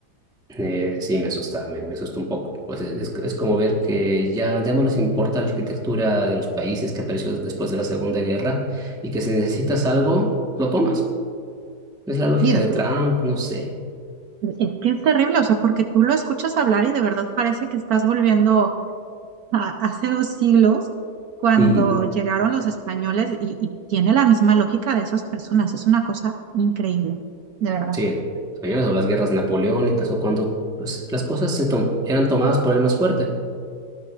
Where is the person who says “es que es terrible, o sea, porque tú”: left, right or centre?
Right